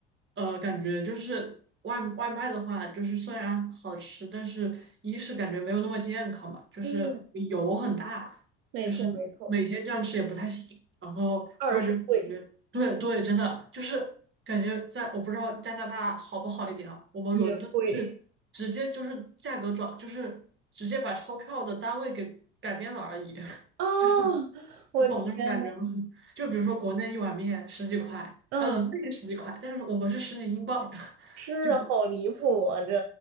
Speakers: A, on the right; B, on the right.
A: 呃，感觉就是外外卖的话，就是虽然好吃，但是一是感觉没有那么健康吧，就是油很大，
B: 嗯。没错没错，
A: 就是每天这样吃也不太行。然后二就是感觉，
B: 二是贵
A: 对对，真的就是感觉在我不知道加拿大好不好一点啊，我们伦敦是直接就是价格转，
B: 也贵
A: 就是直接把钞票的单位给改变了而已，
B: 啊！
A: <laughs> 就是
B: 我天呐，
A: 你懂那种感觉吗？就比如说国内一碗面十几块，
B: 嗯，
A: 啊，冷饭也十几块，但是我们是十几英镑，<laughs>
B: 是啊好离谱啊！
A: 就
B: 这